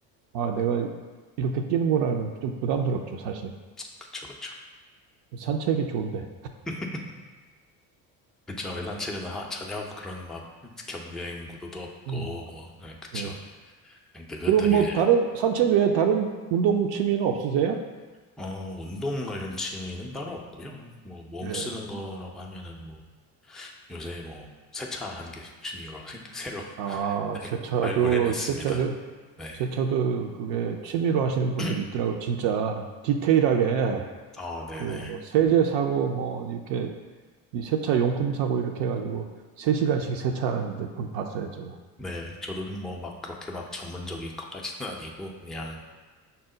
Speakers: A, on the right; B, in the centre.
A: 아, 내가 이렇게 뛰는 거라 그러면 좀 부담스럽죠, 사실.
B: 그쵸, 그쵸.
A: 산책이 좋은데.
B: <laughs> 그쵸. 아무래도 산책은 하, 전혀 그런 막 경쟁 구도도 없고,
A: 음,
B: 뭐, 예, 그쵸.
A: 네.
B: 그냥 느긋하게
A: 그럼 뭐
B: 이제,
A: 다른 산책 외에 다른 운동 취미는 없으세요?
B: 어, 운동 관련 취미는 따로 없고요. 뭐, 몸
A: 네.
B: 쓰는 거라고 하면은 뭐, 요새 뭐, 세차하는 게 취미로 생- 새로
A: 아,
B: <laughs>
A: 세차도
B: 발굴해냈습니다.
A: 세차도
B: 네.
A: 세차도 그게 취미로 하시는 분들이
B: <clears throat>
A: 있더라고요. 진짜 디테일하게
B: 어, 네네.
A: 그 뭐 세제 사고 뭐 이렇게 이 세차 용품 사고 이렇게 해가지고 세시간씩 세차하는 이제 분 봤어요, 제가.
B: 네, 저는 뭐 막 그렇게 막 전문적인 것까지는 <laughs> 아니고 그냥